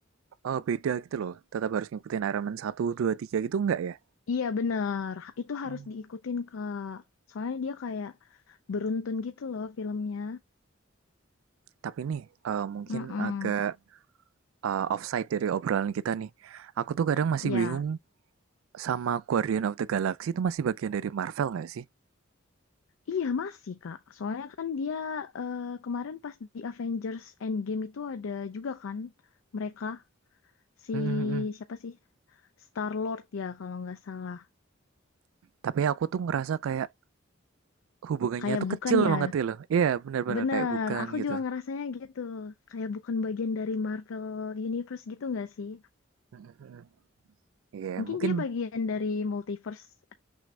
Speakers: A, on the right (about 85°); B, on the left (about 80°).
A: eh beda gitu loh. Tetap harus ngikutin Iron Man satu 2 3 gitu enggak ya?
B: Iya bener, itu harus
A: Hmm.
B: diikutin Kak. Soalnya dia kayak beruntun gitu loh filmnya.
A: Tapi nih, eh mungkin
B: mm
A: agak eh, offside dari obrolan kita nih. Aku tuh kadang masih
B: Ya,
A: bingung sama Guardian of the Galaxy itu masih bagian dari Marvel nggak sih?
B: iya masih Kak. Soalnya kan dia eh, kemarin pas di Avengers Endgame itu ada juga kan mereka. si
A: Mhm, mhm.
B: siapa sih Star Lord ya kalau nggak salah
A: Tapi aku tuh ngerasa kayak Hubungannya
B: kayak
A: tuh
B: bukan
A: kecil
B: ya
A: banget gitu loh. Iya, benar-benar
B: bener
A: kayak bukan
B: aku
A: gitu.
B: juga ngerasanya gitu kayak bukan bagian dari Marvel Universe gitu nggak sih
A: Mhm, mhm. Iya,
B: mungkin
A: mungkin
B: dia bagian dari multiverse